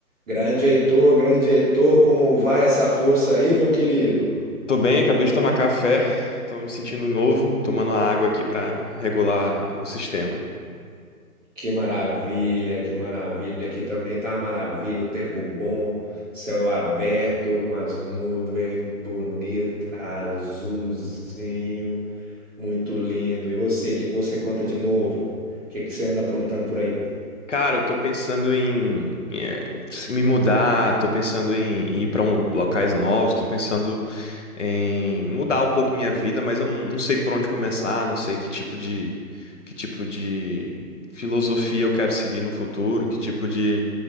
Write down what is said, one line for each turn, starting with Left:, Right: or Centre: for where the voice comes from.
Centre: Grande Heitor, grande Heitor, como vai essa força aí, meu querido?
Left: Tô bem, acabei de tomar café, tô me sentindo novo, tomando a água aqui pra regular o sistema.
Centre: Que maravilha, que maravilha. Aqui também tá uma maravilha, o tempo bom, céu aberto, com as nuvens bonitas, azulzinho, muito lindo. E você, o que que você conta de novo? O que que você anda aprontando por aí?
Left: Cara, eu tô pensando em eh, me mudar, tô pensando em ir pra um, locais novos, tô pensando em mudar um pouco minha vida, mas eu não, não sei por onde começar, não sei que tipo de que tipo de filosofia eu quero seguir no futuro, que tipo de,